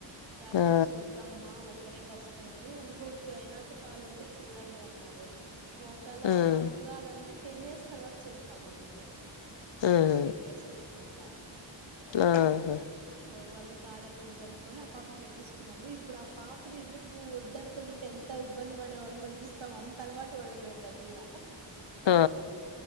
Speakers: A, on the right; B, on the left.
A: డాక్టర్స్
B: ఆ
A: ఒ వద్దమ్మా ఒక్కరే కష్టము ఇంకొరికి అయినాక కావాలంటే చూడండి అన్నారు ఒకేళ
B: ఉమ్
A: అంతగాల అంటే టెన్ ఇయర్స్ తర్వాత చేస్తామన్నారు పాపాకు
B: ఉమ్
A: టెన్ ఇయర్స్ వచ్చినక
B: ఆహా
A: వాళ్ళని కాదనకూడదు అనుకొని పాపని పెట్టేసుకున్నాము ఇప్పుడు ఆ పాపని ఎందుకు వద్దనుకోనింటే ఎంత ఇబ్బంది పడే వాళ్ళు అనిపిస్ అంత అలవాటు పడిపోయింది ఆ పిల్ల
B: ఆ